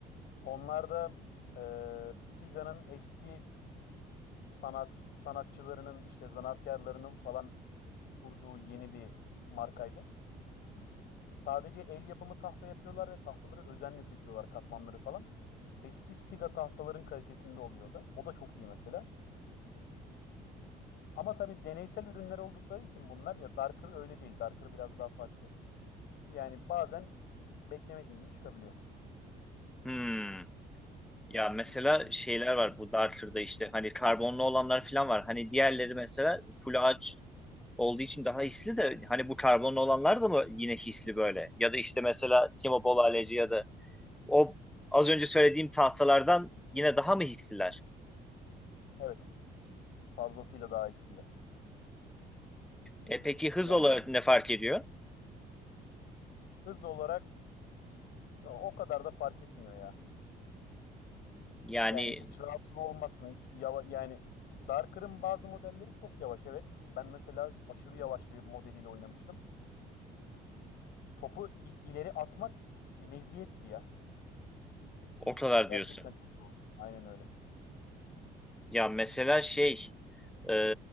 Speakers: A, on the left; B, in the centre.
A: Onlar da e, Stiga'nın eski sanat sanatçılarının işte zanaatkarlarının falan kurduğu yeni bir markaydı. Sadece el yapımı tahta yapıyorlar ve tahtaları özenle seçiyorlar katmanları falan. Eski Stiga tahtaların kalitesinde oluyor da. O da çok iyi mesela. Ama tabii deneysel ürünler oldukları için bunlar ya Darker öyle değil. Darker biraz daha farklı. Yani bazen beklemediğin gibi çıkabiliyor.
B: Hmm. Ya mesela şeyler var bu Darter'da işte hani karbonlu olanlar falan var. Hani diğerleri mesela full ağaç olduğu için daha hisli de hani bu karbonlu olanlar da mı yine hisli böyle? Ya da işte mesela Timo Bolaleci ya da o az önce söylediğim tahtalardan yine daha mı hisliler?
A: Evet, fazlasıyla daha eskiler.
B: E peki hız
A: Yani
B: olarak ne fark ediyor?
A: hız olarak yo, o kadar da fark etmiyor ya.
B: Yani
A: Yani hiç rahatsız olmazsın. Hiç yava, yani Darker'ın bazı modelleri çok yavaş evet. Ben mesela aşırı yavaş bir modeliyle oynamıştım. Topu i- ileri atmak meziyetti ya.
B: o kadar
A: Gerçekten
B: diyorsun.
A: çok zordu. Aynen öyle.
B: Ya mesela şey e,